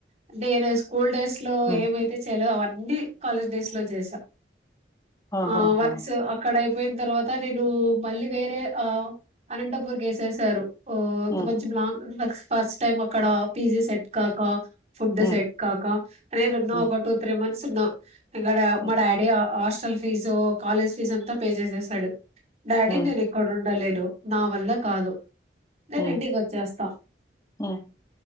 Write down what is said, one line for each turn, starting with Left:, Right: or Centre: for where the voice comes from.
Right: అంటే నేను స్కూల్ డేస్ లో
Left: ఉమ్,
Right: ఏమైతే చెయలే అవన్నీ ఉండి కాలేజ్ డేస్ లో చేసా
Left: ఆహాహా,
Right: ఆ వన్స్ అక్కడ పోయిన తర్వాత నేను మళ్ళీ వేరే ఆ అనంతపూర్ కేసేశారు. ఓ అంతే
Left: ఉమ్,
Right: కొంచం లాంగ్ ఉన్ ఫస్ట్ టైమ్ అక్కడ పి జి సెట్ కాక ఫుడ్
Left: ఉమ్,
Right: సెట్ కాక నేనున్న
Left: ఉమ్,
Right: ఒక టూ త్రీ మంత్స్ నా ఇక్కడ
Left: ఉమ్,
Right: మా daddy hostel fee college ఫీజంతా పే చేసేసాడు. డాడీ
Left: ఉమ్,
Right: దిని కొడు డల్ నా వల్ల కాదు. నేను
Left: ఉమ్,
Right: ఇంటికి వచ్చేస్తా
Left: ఉమ్,